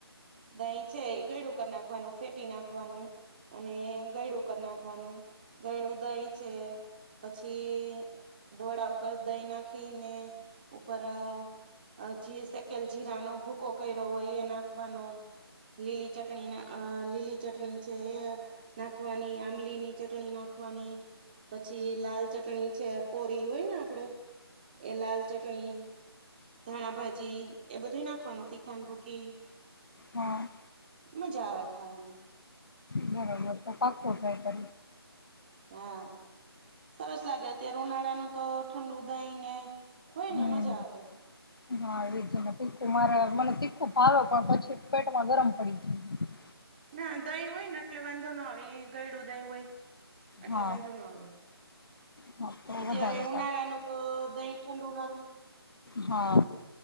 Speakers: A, on the right; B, on the left.
A: દહીં છે એ ગયડું કરી નાખ છેટી નાખવાનું અને ગયડું નાખવાનું ગણું દહીં છે પછી દોડા ઉપર દહીં નાખીને ઉપર અ અ જી શેકેલ જીરાનો ભૂકો કર્યો હોય એ નાખવાનો લીલી ચટણી ના અ લીલી ચટણી છે એ નાખવાની આંબલી ની ચટણી નાખવાની પછી લાલ ચટણી છે કોરી હોય ને આપડે એ લાલ ચટણી ધણાભાજી એ બધુંય નાખવાનું તીખાન ભૂકી-
B: હા.
A: મજા આવે. ખાવાની.
B: બરાબ તો <unintelligible> કરે છે.
A: હા સરસ લાગે અત્યારે ઉનાળાનું તો ઠંડ દહીંને. કોઈને
B: હમ
A: મજા આવે.
B: હા એજ ને તીખું મારે મને તીખું ભાવે પણ પછી પેટમાં ગરમ પડી જાય.
A: ના દહીં હોય ને એટલે વાંધો ન આવે એ ગયડું દહીં હોય. એટલે
B: હા
A: વાંધો ન આવે
B: હા તો
A: અત્યારે
B: વધારે
A: ઉનાળાનું
B: સારું
A: તો દહીં ઠંડુ હારું.
B: હા.